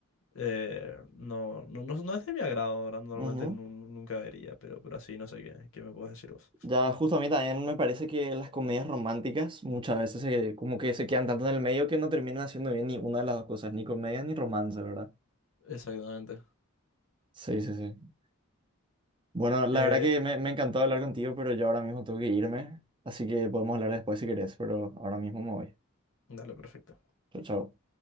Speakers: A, on the left; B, on the right.
A: eh, no, no, no, no es de mi agrado, ¿verdad? Normalmente
B: Ujú.
A: nu- nunca vería, pero, pero así no sé qué, qué me puedes decir vos.
B: Ya, justo a mí también me parece que las comedias románticas muchas veces se- como que se quedan tanto en el medio que no terminan haciendo bien ni una de las dos cosas, ni comedia ni romance, ¿verdad?
A: Exactamente.
B: Sí, sí, sí. Bueno, la
A: Eh,
B: verdad que me, me encantó hablar contigo, pero yo ahora mismo tengo que irme, así que podemos hablar después si querés, pero ahora mismo me voy.
A: dale, perfecto.
B: Chao, chao.